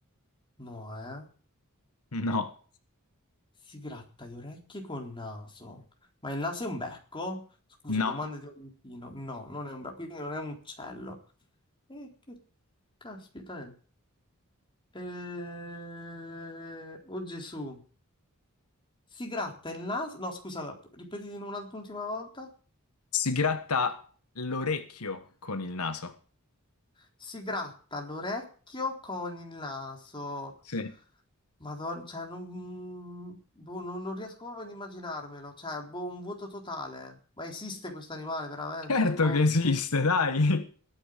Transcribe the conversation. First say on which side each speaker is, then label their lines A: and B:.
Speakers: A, on the left; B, on the left.
A: no, eh?
B: no,
A: Si gratta le orecchie col naso. Ma il naso è un becco? Scusa,
B: no.
A: domanda di Valentino. No, non è un becco, quindi non è un uccello. E che caspita è? Eh, Oh Gesù. Si gratta il naso. No, scusa, la- ripeti di nuovo un'ultima volta.
B: Si gratta l'orecchio con il naso.
A: Si gratta l'orecchio con il naso.
B: Sì.
A: Madonna, cioè, non, boh, non, non riesco proprio ad immaginarmelo. Cioè, boh, un vuoto totale. Ma esiste questo animale veramente?
B: Certo
A: Boh.
B: che esiste, dai. <laughs>